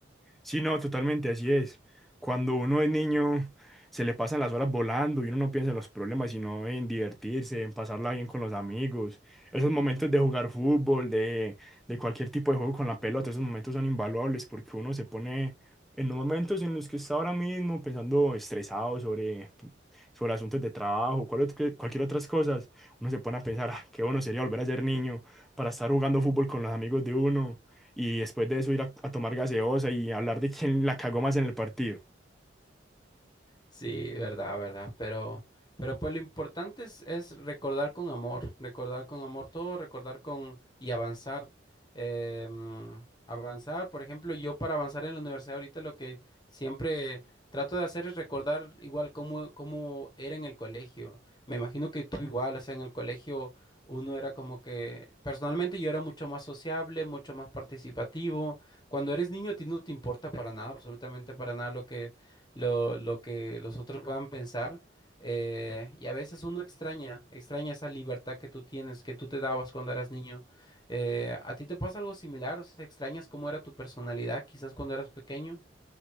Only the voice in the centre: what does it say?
Sí, no, totalmente, así es. Cuando uno es niño, se le pasan las horas volando y uno no piensa en los problemas, sino en divertirse, en pasarla bien con los amigos. Esos momentos de jugar fútbol, de, de cualquier tipo de juego con la pelota, esos momentos son invaluables porque uno se pone en los momentos en los que está ahora mismo pensando estresado sobre, sobre asuntos de trabajo, cual otro- cualquier otras cosas, uno se pone a pensar, "Ah, qué bueno sería volver a ser niño para estar jugando fútbol con los amigos de uno y después de eso ir a, a tomar gaseosa y hablar de quién la cagó más en el partido.